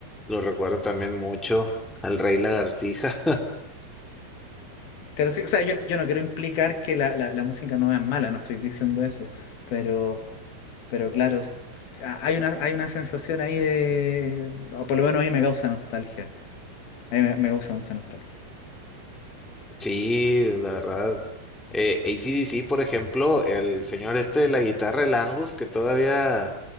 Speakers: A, in the centre; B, on the left (about 70°).
A: lo recuerdo también mucho al Rey Lagartija.
B: Pero sí, o sea, yo, yo no quiero implicar que la, la- la música no es mala, no estoy diciendo eso, pero, pero claro, ha- hay una, hay una sensación ahí de, o por lo menos a mí me causa nostalgia, a mí me, me causa mucha nostalgia.
A: Sí, la verdad. Eh, AC/DC, por ejemplo, el señor este de la guitarra, el Angus, que todavía